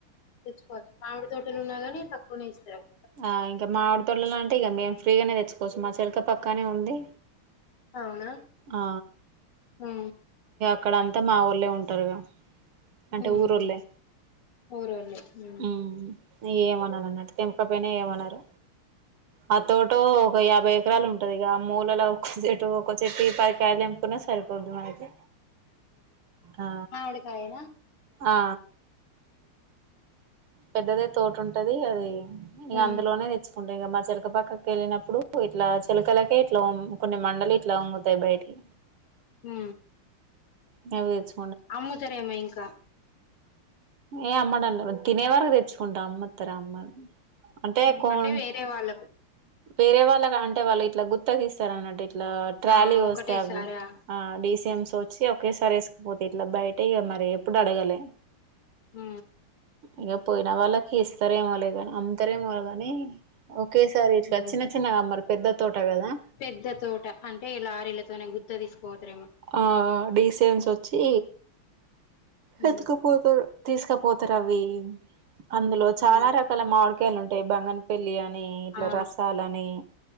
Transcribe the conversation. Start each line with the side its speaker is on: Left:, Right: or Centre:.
Left: తెచ్చుకోవచ్చు మామిడి తోటలు ఉన్నా గానీ తక్కువనే ఇస్తారు. అక్
Right: ఆ ఇంకా మామిడి తోటలలో అంటే ఇగ మేము ఫ్రీగానే, తెచ్చుకోవచ్చు మా చెలక పక్కనే ఉంది.
Left: అవునా
Right: ఆ
Left: హు
Right: అక్కడంతా మా ఓల్లే ఉంటారుగా. అంటే
Left: ఉమ్
Right: ఊరోళ్ళే
Left: ఊరోళ్ళే ఉమ్
Right: <inaudible> ఏమన్నారు, అన్నట్టు తెంకపోయినా ఏమన్నారు ఆ తోటో ఒక యాభై. ఎకరాలు ఉంటాది. ఇగ మూలలో ఒక్క చెట్టు, ఒక్క చెట్టు పదికాలు తెంపుకున్న సరిపోద్ది మనకి. ఆ
Left: మామిడికాయల
Right: ఆ పెద్దదే తోట ఉంటది అది ఇగ
Left: ఉమ్
Right: అందులోనే తెచ్చు. ఉంటాయిగా మా చెలక పక్కకేళ్ళినప్పుడు, ఇట్లా చెలకలకే ఇట్లా, కొన్ని మండలు ఇట్లా ఉంగుతాయి బయటికి.
Left: ఆ
Right: మేం తేచ్
Left: అమ్ముతారేమో ఇంకా
Right: ఏ అమ్మాడంలా <unintelligible> తినే వరకు తెచ్చుకుంటాం, అమ్మతర అమ్మర్. అంటే
Left: ఉమ్
Right: కొన్
Left: వేరే వాళ్ళకు
Right: వేరే వాళ్ళకు అంటే వాళ్ళు ఇట్లా గుత్తకిస్తారు, అన్నట్టు ఇట్. ట్లా ట్రాలీ
Left: ఆ ఒకటేసారా
Right: వస్తావి ఆ డిసిఎంస్ వచ్చి ఒకేసారి వేసుకుపోతే. ఇట్లా బయట ఇగ మరి ఎప్పుడు అడగాలే.
Left: హు
Right: ఇగా పోయిన వాళ్ళకి ఇస్తారేమో లే గాని, అమ్ముతారేమో గానీ ఒకేసా. రి ఇట్లా
Left: ఉమ్
Right: చిన్న చిన్నగా అమ్మరు పెద్ద తోట కదా!
Left: పెద్ద తోట అంటే లారీలతోనే గుత్త తీసుకుపోతరేమో.
Right: ఆ డీసీఎంస్ వచ్చి
Left: ఉమ్
Right: ఎత్తకపోత <unintelligible> తీసుకపోతారు. అవి అందులో చాలా
Left: ఉమ్
Right: రకాల మామిడికాయలు, ఉంటాయి బంగనపల్లి అన్. నీ,
Left: ఆ
Right: రసాలని